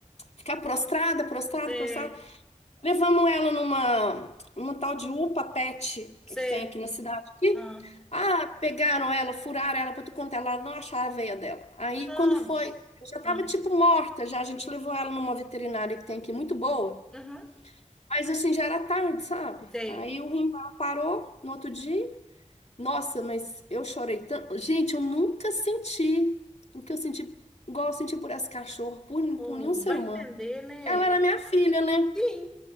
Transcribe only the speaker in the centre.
Sei.
Sei.
Ah,
nossa.
Ah,
uhum.
Sei.
Ou
vai
entender, né?
Sim.